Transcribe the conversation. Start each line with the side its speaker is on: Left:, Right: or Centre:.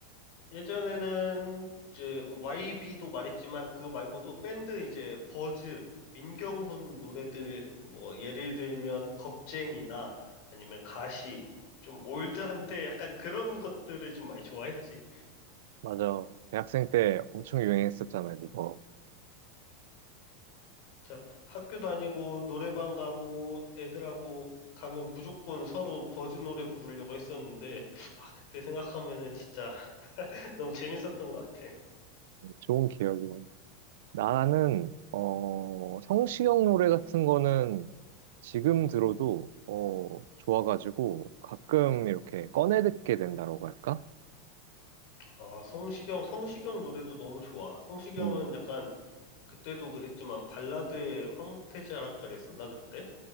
Left: 예전에는 이제 YB도 말했지만 그거 말고도 밴드 이제 버즈, 민경훈 노래들 뭐 예를 들면 겁쟁이나 아니면 가시 좀 올드한데 약간 그런 것들을 좀 많이 좋아했지.
Right: 맞아. 대학생 때 엄청 유행했었잖아, 이거.
Left: 자, 학교 다니고 노래방 가고 애들하고 가면 무조건 서로 버즈 노래 부르려고 했었는데 아, 그때 생각하면은 진짜 <laughs> 너무 재밌었던 것 같아.
Right: 좋은 기억이야. 나는 어 성시경 노래 같은 거는 지금 들어도 어 좋아가지고 가끔 이렇게 꺼내 듣게 된다고 할까?
Left: 아, 성시경, 성시경 노래도 너무 좋아. 성시경은
Right: 음,
Left: 약간 그때도 그랬지만 발라드의 황태자라 그랬었나 그때?